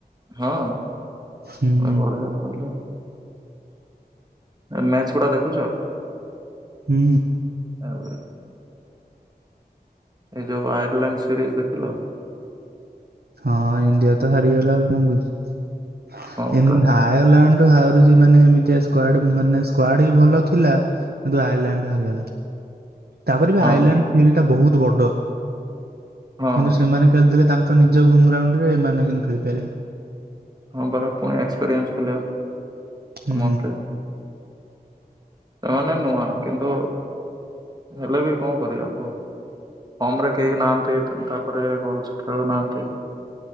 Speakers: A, on the right; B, on the right.
A: ହଁ
B: ହୁଁ
A: ଭାଇ
B: ହୁଁ।
A: ବଢିଆ ତାହେଲେ। ଭାଇ ମ୍ୟାଚ ଗୁଡା ଦେଖୁଛ।
B: ହୁଁ।
A: ଆଉ। ଏଇ ଯୋଉ ଆୟାରଲାଣ୍ଡ ସିରିଜ୍ ଦେଖିଲ।
B: ହଁ ଇଣ୍ଡିଆ ତ ହାରିଗଲା ଆଉ କଣ କରିବା
A: ହଁ ପୁରା
B: ଆୟାରଲ୍ୟାଣ୍ଡ ହାରୁଛି ମାନେ ଏମିତିଆ ସ୍କ୍ବାଡ ମାନେ ସ୍କ୍ବାଡ ବି ଭଲ ଥିଲା। କିନ୍ତୁ ଆୟରଲାଣ୍ଡ ଠୁ ହାରିଗଲା। ତାପରେ ବି
A: ହଁ
B: ଆୟରଲାଣ୍ଡ ଫିଲ୍ଡ ଟା ବହୁତ ବଡ
A: ହଁ।
B: କିନ୍ତୁ ସେମାନେ ଖେଳିଥିଲେ ତାଙ୍କ ନିଜ ହୋମ ଗ୍ରାଉଣ୍ଡ ରେ ଏମାନେ କିନ୍ତୁ ଖେଳି ପାଇଲେଣି।
A: ହଁ ପରା ପୁଣି ଏକ୍ସପିରିଏନ୍ସ ପ୍ଲେୟର
B: ହୁଁ
A: ସମସ୍ତେ। ଏମାନେ ନୂଆ କିନ୍ତୁ ହେଲେ ବି କଣ କରିବା କୁହ। ଫର୍ମ ରେ କେହି ନାହାଁନ୍ତି। ତାପରେ ଭଲସେ ଖେଳୁ ନାହାଁନ୍ତି।